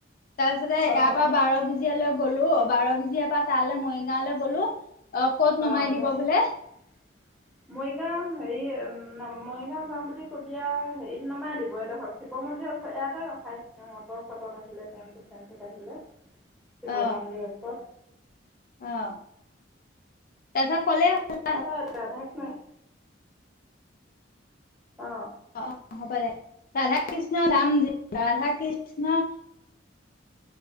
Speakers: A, on the left; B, in the centre.
A: তাৰ পিছতে ইয়াৰ
B: অ',
A: পৰা বাৰ ভজিয়ালৈ গলো বাৰ ভজিয়াৰ পৰা তালে মই গাঁৱলৈ গ'লো অ ক'ত নমাই
B: অ',
A: দিব
B: মই
A: বোলে
B: <unintelligible> মৰিগাঁও হেৰি মৰিগাঁও যাওঁ বুলি ক'বি আও হেৰিত নমাই দিব এডোখ শিৱ মন্দিৰৰ ওচৰত এয়াতে ৰখাই অট' চটত আহিলে টেম্পু চেম্পুত আহিলে শিৱ
A: অ
B: মন্দিৰ ওচৰত
A: অ তাৰ পিছত ক'লে হল
B: <unintelligible> অ
A: অ হ'ব দে ৰাধা কৃষ্ণ ধাম ৰাধা কৃষ্ণ